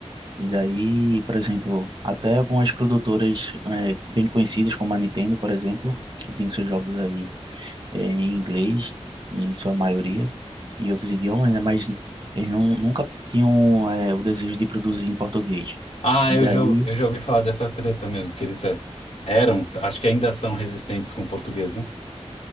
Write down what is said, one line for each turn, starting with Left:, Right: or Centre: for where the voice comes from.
Right: E daí, por exemplo, até algumas produtoras eh, bem conhecidas, como a Nintendo, por exemplo, que tem seus jogos aí eh, em inglês, em sua maioria, e outros idiomas, né? Mas eles não, nunca tinham eh, o desejo de produzir em português.
Left: Ah,
Right: E
Left: eu
Right: daí,
Left: já, eu já ouvi falar dessa treta mesmo, que eles eh, eram, acho que ainda são resistentes com o português, né?